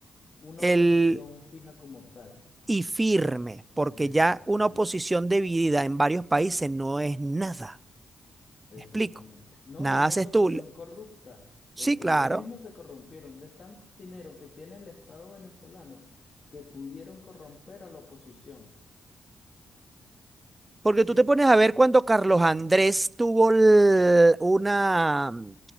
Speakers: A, on the left; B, on the right.
A: una
B: el
A: oposición fija como tal.
B: y firme, porque
A: Exactamente,
B: ya una oposición dividida en varios países no es nada.
A: exactamente.
B: Me explico.
A: No,
B: Nada
A: y una
B: haces
A: oposición
B: tú.
A: corrupta, porque
B: Sí, claro.
A: ellos mismos se corrompieron de tanto dinero que tiene el Estado venezolano que pudieron corromper a la oposición.
B: Porque
A: Hicieron
B: tú te pones a ver cuando Carlos Andrés tuvo l- una, mm,